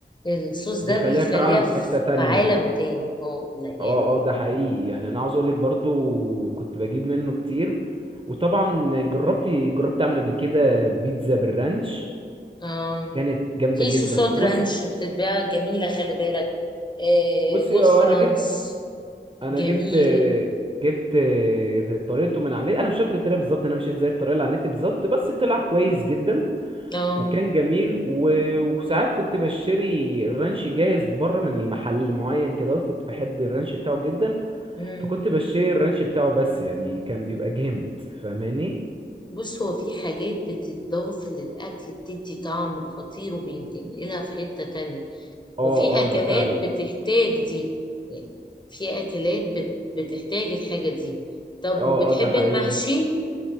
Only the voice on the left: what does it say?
الصوص
ده بيخليها
في
في عالم تاني اه لا يعني
آه
في
صوصات
رانش بتتباع جميله خلي بالك آه
جود
فرانس
جميل
اه
مم.
بص هو في حاجات بتتضاف للأكل بتدي طعم خطير وبينتقلها في حتة تانية
وفي اكلات
بتحتاج دي يعني في اكلات بت... بتحتاج الحاجة دي طب
وبتحب
المحشي